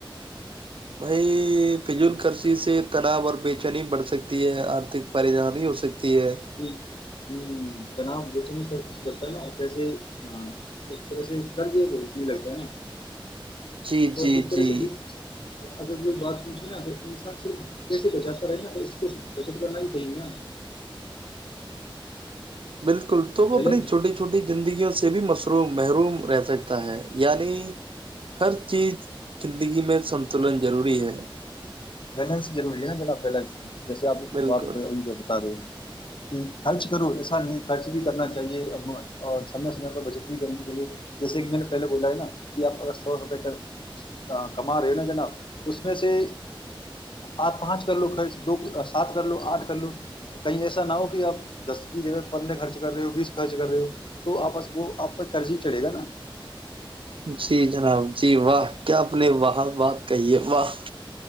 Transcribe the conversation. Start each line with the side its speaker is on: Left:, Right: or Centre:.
Right: بھائی فضول کررسیی سے تناؤ اور بے چینی بڑھ سکتی ہے آرتک پریشانی ہو سکتی ہے
Left: جی ہوں تنا بچنی سب کچ کرتا ہے نا پسے ایک طرح سے کررض روشنی لگتا ہے نا
Right: جی
Left: اور
Right: جی
Left: ایک طرح
Right: جی
Left: سے اگر کوئی بات پوچھے نا ا انسان صرف کیسے بچات کرے نا تو اس کو بچت کرنا ہی صاہی نہیں نا
Right: بالکل تو وہ
Left: بیلنس
Right: اپنی چھوٹی چھوٹی زندگیوں سے بھی مروم محروم رہتا سکتا ہے یعنی ہر چیز زندگی میں سنتلن ضروری ہے
Left: بیلنس روری ہے نا جناب بیلنس جیسے آپ
Right: بالکل
Left: بات کری بتا رہے ہو کہ خرچ کرو ایسا نہیں خرچ بھی کرنا چاہیے اور سمے سمے پ بچت بھی کرنی چاہیے جیسے کہ میں نے پہلے بولا ہے نا کہ آپ اگر سو روپئے کا کما رہے ہو نا جناب اس میں سے آپ پانچ کر لو خرچ دو سات کر لو آٹھ کر لو کہیں ایسا نہ ہو کہ آپ دس کی جب پندرہ خرچ کر رہے ہو بیس خرچ کر رہے ہو تو آپس وہ آپ پ قرض ہی چڑھے گا نا
Right: جی جناب جی واہ کیا آپ نے وہاہاں بات کہی ہے واہ